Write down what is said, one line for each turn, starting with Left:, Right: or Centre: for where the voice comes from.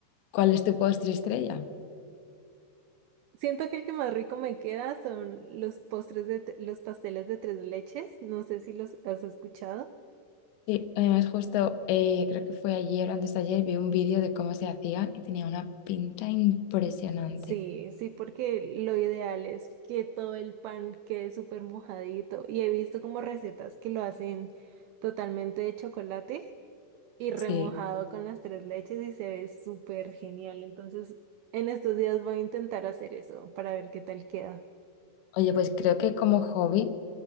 Left: cuál es tu postre estrella?
Right: Siento que el que más rico me queda son los postres de t- los pasteles de tres leches, no sé si los has escuchado.
Left: Sí, además justo eh, creo que fue ayer o antes de ayer vi un vídeo de cómo se hacía y tenía una pinta impresionante.
Right: Sí, sí, porque lo ideal es que todo el pan quede súper mojadito. Y he visto como recetas que lo hacen totalmente de chocolate y remojado
Left: Sí.
Right: con las tres leches y se ve súper genial. Entonces, en estos días voy a intentar hacer eso para ver qué tal queda.
Left: Oye, pues creo que como hobby,